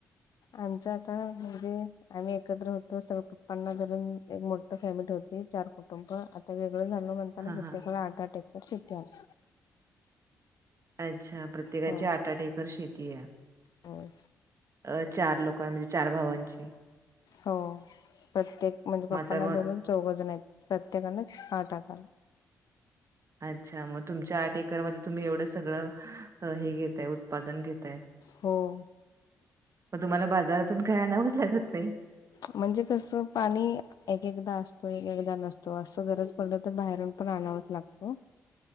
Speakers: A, on the left; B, on the right.
A: आमचं आता म्हणजे? आम्ही एकत्र होतो सगळ पन्नासजण मिळून एक मोठ फॅमिली होती चार कुटुंब आता वेगळं झालो म्ह आणि
B: हा
A: प्रत्येकाला
B: हा
A: आठ आठ एकर शेती अशी.
B: अच्छा प्रत्येकाची
A: हो
B: आठ आठ एकर शेती आहे.
A: होय.
B: अह चार लोक म्हणजे चार भावांची
A: हो प्रत्येक म्हणजे
B: मग
A: पप्पांना
B: आता मग
A: धरून चौघजण आहेत, प्रत्येकाने आठ आठ
B: अच्छा मग तुमच्या आठ एकरमध्ये तुम्ही एवढं सगळं हे घेतय ऊत उत्पादन घेताय.
A: हो
B: मग तुम्हाला बाजारातून काय आणावंच लागत नाही.
A: म्हणजे कसं पाणी एक एकदा असतो एक एकदा नसतो असं गरज पडलं तर बाहेरून पण आणावंच लागतो.